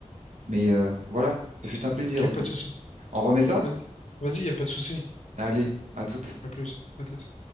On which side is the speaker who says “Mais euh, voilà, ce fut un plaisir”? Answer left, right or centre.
Right